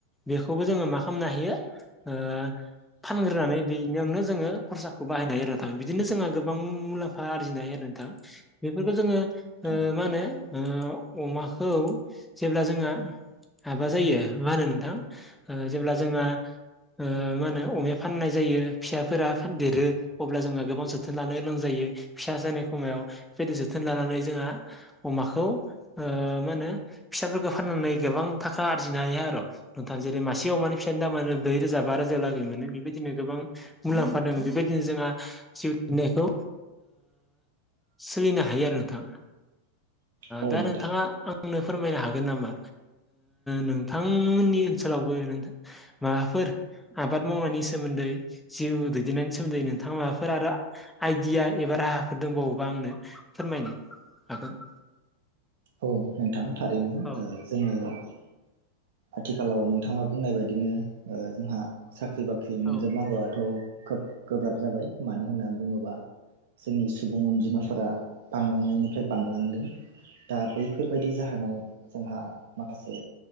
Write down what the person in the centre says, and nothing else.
बेखौबो जोङो मा खालामनो हायो ओ फानग्रोनानै बेनियावनो जोङो खरसाखौ बाहायनो हायो आरो नोंथां बिदिनो जोंहा गो गोबां मुलाम्फा आरजिनो हायो आरो नोंथां बेफोरखौ जोङो ओ
मा होनो ओ अमाखौ जेब्ला जोंहा माबा जायो मा होनो नोंथां जेब्ला जोंहा ओ मा होनो अमाया फाननाय जायो फिसाफोरा फान देरो अब्ला जोंहा गोबां जोथोन लानो गोनां जायो फिसा जानाय समायाव बेबायदि जोथोन लानानै जोंहा अमाखौ मा होनो फिसाफोरखौ फाननानै गोबां थाखा आरजिनो हायो आरो नोंथाङा जेरै मासे अमानि फिसानि दामानो ब्रै रोजा बा रोजा लागै मोनो बेबायदिनो गोबां मुलाम्फा दों बेबायदिनो जोंहा जिउ खुंनायखौ सोलिनो हायो आरो नोंथां
दा नोंथाङा आंनो फोरमायनो हागोन नामा नोंथांमोननि ओनसोलावबो नोंथां माबाफोर आबाद मावनायनि सोमोन्दै जिउ दैदेननायनि सोमोनदै नोंथाङा माबाफोर आरो आइडिया एबा राहाफोर दंबावोबा आंनो फोरमायनो हागोन
औ
औ